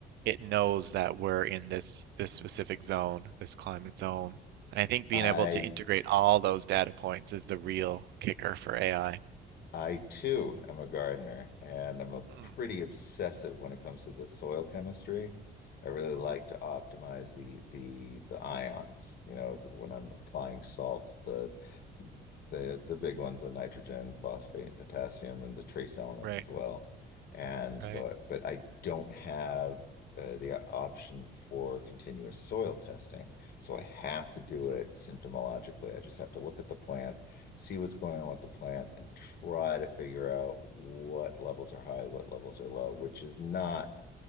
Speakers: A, on the right; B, on the left.
A: it knows that we're in this this specific zone, this climate zone. And I think being
B: I
A: able to integrate all those data points is the real kicker for AI.
B: I too am a gardener, and I'm a
A: Mm,
B: pretty obsessive when it comes to the soil chemistry. I really like
A: mm,
B: to optimize the the the ions, you know, when I'm applying salts, the the the big ones, the nitrogen, phosphate, and potassium, and the trace elements
A: right,
B: as well. And
A: right,
B: so, I- but I don't have uh, the option for continuous soil testing, so I have to do
A: mhm,
B: it symptomologically. I just have to look at the plant see what's going on with the plant and try to figure out what levels are high, what levels are low, which is not,